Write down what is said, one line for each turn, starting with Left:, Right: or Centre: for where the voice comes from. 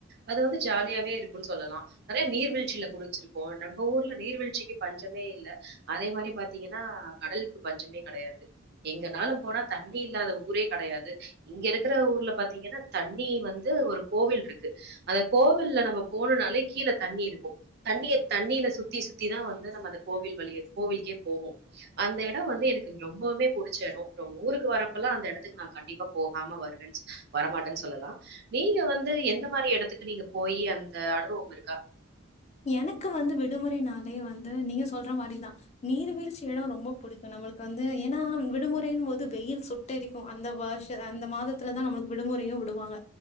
Right: அது வந்து ஜாலியாவே இருக்கும்ன்னு சொல்லலா நறைய நீர்வீழ்ச்சியில குளிச்சிருக்கோ நம்ப ஊர்ல நீர்வீழ்ச்சிக்கு பஞ்சமே இல்ல அதே மாரி பாத்தீங்கன்னா கடலுக்கு பஞ்சமே கடையாது எங்கனாலு போனா தண்ணி இல்லாத ஊரே கெடையாது இங்க இருக்கிற ஊர்ல பாத்தீங்கன்னா தண்ணி வந்து ஒரு கோவில் இருக்கு அந்த கோவில்ல நம்ம போனுனாலே கீழ தண்ணி இருக்கும் தண்ணிய தண்ணில சுத்தி சுத்திதா வந்து நம்ம அந்த கோவில் வழிய கோவிலுக்கே போவோ அந்த எடம் வந்து எனக்கு ரொம்பவுமே புடிச்ச எடம் ரொம் ஊருக்கு க்கு வரப்பல்ல அந்த இடத்துக்கு நான் கண்டிப்பா போகாம வருவேன் ஸ் வரமாட்டேன்னு சொல்லலா நீங்க வந்து எந்த மாரி எடத்துக்கு நீங்க போயி அந்த அனுபவம் இருக்கா
Left: எனக்கு வந்து விடுமுறைனாலே வந்து நீங்க சொல்ற மாரிதா நீர்வீழ்ச்சி இட ரொம்ப பிடிக்கு நம்மளுக்கு வந்து ஏனா விடுமுறையின் போது வெயில் சுட் ட்டெரிக்கு அந்த வருஷ அந்த மாதத்துல தா நம்மளுக்கு விடுமுறையு விடுவாங்க